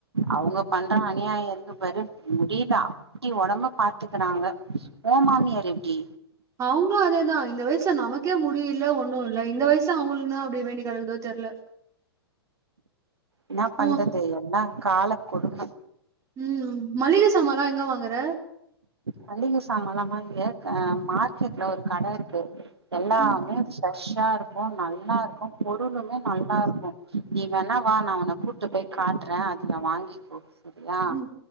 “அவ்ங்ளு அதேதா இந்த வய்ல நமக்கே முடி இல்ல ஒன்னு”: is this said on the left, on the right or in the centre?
Right